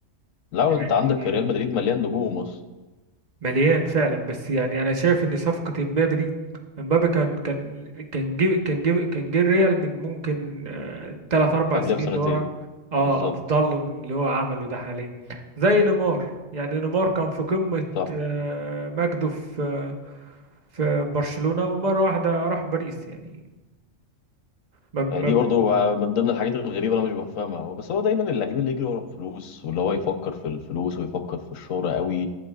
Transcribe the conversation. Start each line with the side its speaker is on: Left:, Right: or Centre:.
Left: لا
Right: يعني
Left: انت عندك ريال مدريد مليان نجوم اصلا
Right: مليان فعلا بس يعني انا شايف ان صفقه امبابي دي امبابي كان كان كان جيب كان جيب كان جه الريال من ممكن آه، تلات اربع
Left: قبلها
Right: سنين
Left: بسنتين
Right: اللي ورا اه
Left: بالظبط
Right: افضل له من اللي هو عمله ده حاليا زي نيمار يعني نيمار كان في قمه
Left: صح
Right: آه، مجده في في برشلونه ومره واحده راح باريس يعني ما
Left: آه، دي برضه آه، من ضمن الحاجات الغريبه اللي انا مش بفهمها هو بس هو دايما اللعيب اللي يجري ورا الفلوس واللي هو يفكر في الفلوس ويفكر في الشهره قوي